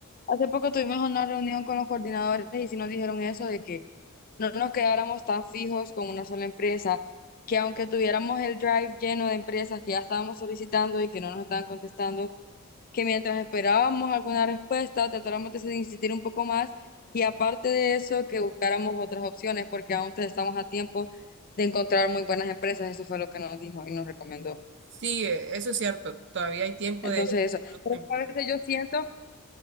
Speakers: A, on the left; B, on the right.
A: Hace poco tuvimos una reunión con los coordinadores y sí nos dijeron eso de que no nos quedáramos tan fijos con una sola empresa, que aunque tuviéramos el drive lleno de empresas que ya estábamos solicitando y que no nos estaban contestando, que mientras esperábamos alguna respuesta tratáramos de insistir un poco más y aparte de eso que buscáramos otras opciones porque aún te- estamos a tiempo de encontrar muy buenas empresas, eso fue lo que nos dijo y nos recomendó.
B: Sí, eh, eso es cierto. Todavía hay tiempo
A: Entonces
B: de de
A: eso,
B: otras
A: pero
B: empresas.
A: a veces yo siento